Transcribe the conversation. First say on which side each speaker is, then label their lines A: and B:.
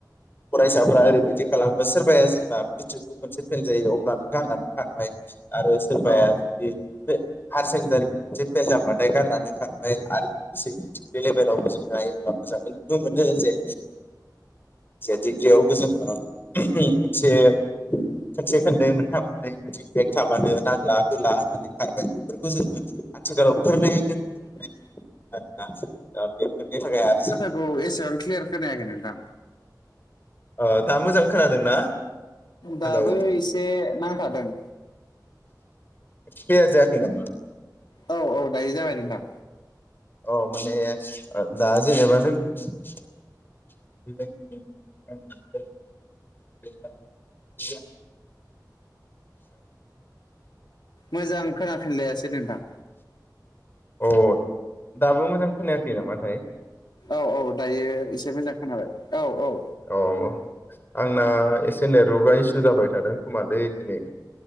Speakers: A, on the left; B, on the left.
A: फरायसाफोरा ओरैबायदि खालामो सोरबाया जेब्ला मेट्रिकखौ खनसे फेल जायो अब्लानो गारनानै खारबाय आरो सोरबाया
B: औ
A: जुदि बे हायार सेकेण्डारि खौ खनसे फेल जाबाथाय गारनानै खारबाय आरो सेकेण्डारि लेभेलावबो जों नायोब्ला मोजाङै नुनो मोनो जे जे डिग्रियावबो जोङो मोनसे
B: <inaudible>
A: खोनसे खोननै मोनफा मोननै बिदि बेग थाब्लानो नांला होला होनानै खारबाय बेफोरखौ जोङो आथिखालाव <unintelligible>
B: <inaudible>
A: <unintelligible> ओ बेफोरनि थाखाय <unintelligible>
B: औ एसेबां क्लियार खोनायाखै नोंथां।
A: ओ दा मोजां खोनादोंना?
B: दाबो
A: हेलौ
B: एसे नांथादों।
A: क्लियार जायाखै नामा?
B: औ औ दायो जाबाय नोंथां।
A: औ माने ओ दा जेनेबा जों <unintelligible>
B: मोजां खोनाफिनलायासै नोंथां।
A: अ दाबो मोजां खोनायाखै नामाथाय?
B: औ औ दायो एसे मोजां खोनाबाय औ औ।
A: अ आंना एसे नेटवर्कआ इसु जाबाय थादों खोमालै दिनै।